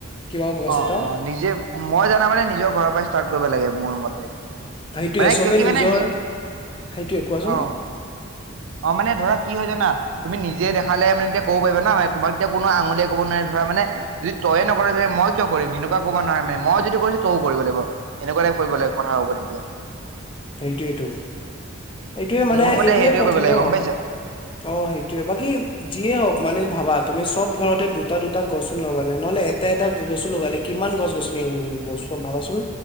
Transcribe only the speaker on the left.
কিবা গছ
এটা
সেইটোয়ে
চবেই
নিজৰ
সেইটোৱে কোৱাচোন।
সেইটোৱেইতো এইটোৱে মানে
এইটোৱে
কথা
ন
অ সেইটোয়ে বাকী যিয়ে হওক মানে ভাবা তুমি চব ঘৰত তে দুটা-দুটা গছো লগালে, নহলে এটা-এটা গছো লগালে, কিমান গছ-গছনি হ- বচোৱা? ভাবাচোন।